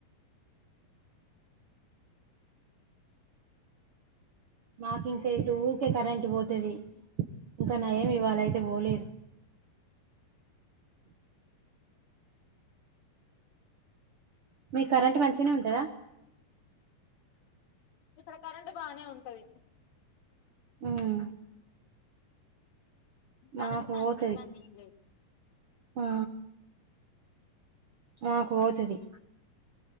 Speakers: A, on the right; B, on the left.
A: మాకు ఇంకా ఇటు ఊకే కరెంట్ పోతది ఇంకా నయమ్ ఇవాళయితే పోలేరు మీ కరెంట్ మంచినే ఉంటదా
B: ఇక్కడ కరెంట్ బానే ఉంటది
A: ఉమ్
B: కరెంట్
A: మాకు
B: తో అంత
A: ఓతది
B: ఇబ్బంది ఏం లేదు
A: ఆ మాకు ఒతది